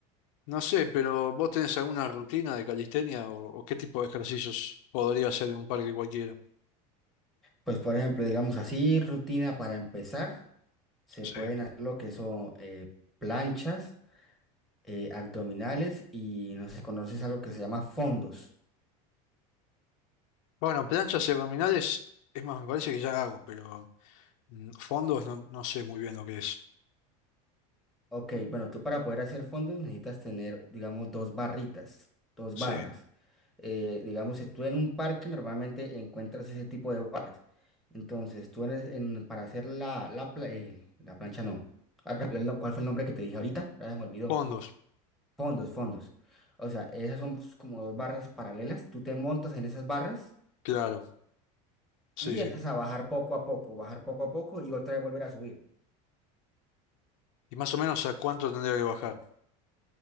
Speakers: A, on the left; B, in the centre.
A: no sé, pero ¿vos tenés alguna rutina de calistenia o, o qué tipo de ejercicios podría hacer en un parque cualquiera?
B: Pues, por ejemplo, digamos así, rutina para empezar, se
A: Sí.
B: pueden hacer lo que son eh, planchas eh, abdominales y no sé si conoces algo que se llama fondos.
A: Bueno, planchas y abdominales, es más, me parece que ya hago, pero mm, fondos no, no sé muy bien lo que es.
B: Ok, bueno, tú para poder hacer fondos necesitas tener, digamos, dos barritas, dos
A: Sí,
B: barras. Eh, digamos, si tú en un parque normalmente encuentras ese tipo de barras. Entonces, tú eres en, para hacer la, la, pla- eh, la plancha, no. Ahora me olvidé el nom- ¿Cuál fue el nombre que te dije ahorita? Ahora se me olvidó.
A: fondos,
B: Fondos, fondos. O sea, esas son pues, como dos barras paralelas. Tú te montas en esas barras
A: claro, sí,
B: y
A: sí.
B: empiezas a bajar poco a poco, bajar poco a poco y otra vez volver a subir.
A: ¿Y más o menos a cuánto tendría que bajar?